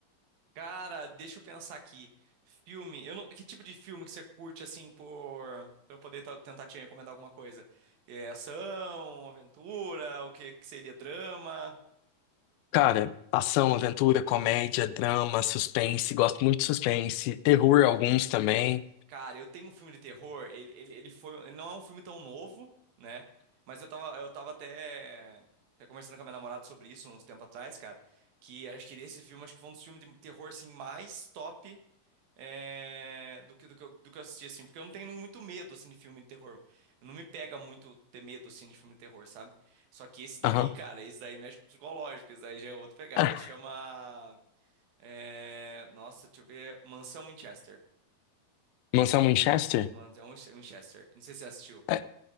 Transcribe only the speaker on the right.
Cara, deixa eu pensar aqui. Filme, eu não- que tipo de filme que você curte assim por pra eu poder ta- tentar te recomendar alguma coisa? É ação, aventura, o que, que seria drama?
Cara, eu tenho um filme de terror, ele, ele, ele foi, ele não é um filme tão novo, né? Mas eu tava, eu tava até, até conversando com a minha namorada sobre isso uns tempo atrás, cara, que acho que esse filme acho que foi um dos filmes de terror assim mais top é, do que, do que eu, do que eu assisti, assim, porque eu não tenho muito medo, assim, de filme de terror. Não me pega muito ter medo, assim, de filme de terror, sabe? Só que esse daí,
cara,
esse daí mexe com o psicológico, esse daí já é outra pegada.
Chama... é, Nossa, deixa eu ver... Mansão Winchester.
Mansão Winchester. Não sei se você assistiu.